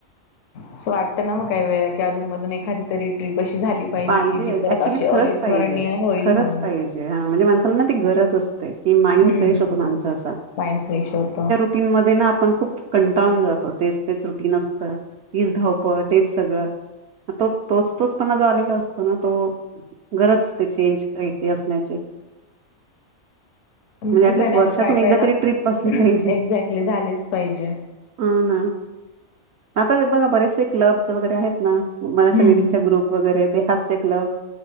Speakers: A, on the left; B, on the right.
A: अस वाटत ना मग काही वेळेला कि अजून मधून एखादी तरी ट्रीप अशी झाली.
B: पाहिजे
A: की जी परत
B: ऍक्च्युली
A: अशी अविस्मरणीय
B: खरंच पाहिजे
A: होईल
B: खरंच
A: म्हणून.
B: पाहिजे हा म्हणजे माणसाला ना ती गरज अस ते कि माइंड
A: हम्म
B: फ्रेश होतं माणसाचं
A: माइंड फ्रेश होतं
B: रुटीन मध्ये ना आपण खूप कंटाळून जातो. तेच-तेच रुटीन असतं. तीच धावपळ तेच सगळं तो तोच तोच पणा जो आलेला असतो ना तो गरज असते चेंज करायची असण्याची
A: पण
B: म्हणजे
A: कसं
B: ऍटलिस्ट
A: आहे ना
B: वर्षातून
A: मग काही
B: एकदा
A: वेळेला
B: तरी ट्रिप असली पाहिजे.
A: एक्झॅक्टली झालीच पाहिजे.
B: ह ना आता ते बघा बरेचसे क्लब्स वगैरे आहेत ना बऱ्याचशा
A: हम्म.
B: लेडीजच्या ग्रुप वगैरे ते हास्य क्लब